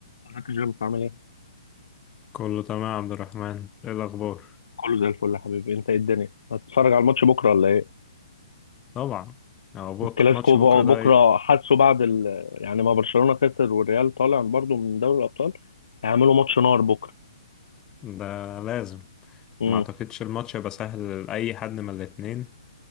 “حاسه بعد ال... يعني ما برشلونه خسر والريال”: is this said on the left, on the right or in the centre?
Left